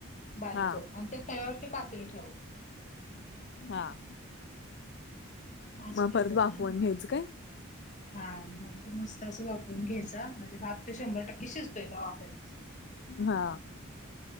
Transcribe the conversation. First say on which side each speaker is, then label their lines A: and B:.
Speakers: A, on the left; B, on the left.
A: बारीक
B: हा
A: करून, अन त्या तव्यावरती, पातेलं ठेवा.
B: हां,
A: भाजी
B: मग
A: कडपत
B: परत वाफवून
A: नाही ना
B: घ्यायचं काय?
A: हा मंग की मस्त असं वाफुन घ्यायचा, म्हणजे भात ते शंभर टक्के शिजतोय, वापराच.
B: हा.